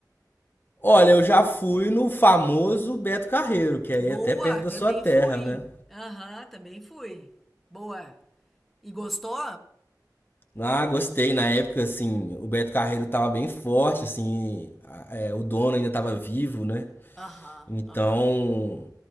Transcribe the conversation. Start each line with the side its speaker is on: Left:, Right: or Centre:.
Left: Olha, eu já fui no famoso Beto Carreiro, que aí
Centre: Boa,
Left: é até perto
Centre: também
Left: da sua terra,
Centre: fui.
Left: né?
Centre: Aham, também fui. Boa. E gostou?
Left: Ah, gostei. Na época, assim, o Beto Carreiro tava bem forte, assim, a- é, o dono ainda tava vivo, né?
Centre: Aham,
Left: Então,
Centre: aham.